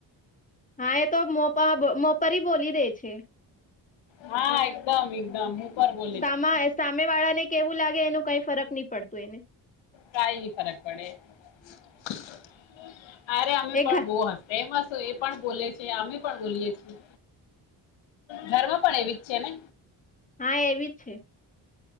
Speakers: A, on the left (about 15°); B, on the left (about 85°).
A: હા એ તો મોપ મોપર બોલી દે છે.
B: હા એકદમ એકદમ. પર બોલે
A: સામા
B: છે
A: સામે વાળા ને કેવું લાગે એનું. કઈ ફરક નહી પડતું એને
B: કઈ નહી ફરક પડે ધ. અરે અમે
A: એ
B: પણ
A: ઘ
B: બો હસ્તે હસ એ પણ બોલી છે અમે પણ બોલીએ છીએ. ઘરમાં પણ એવી જ છે ને
A: હા એવીજ છે.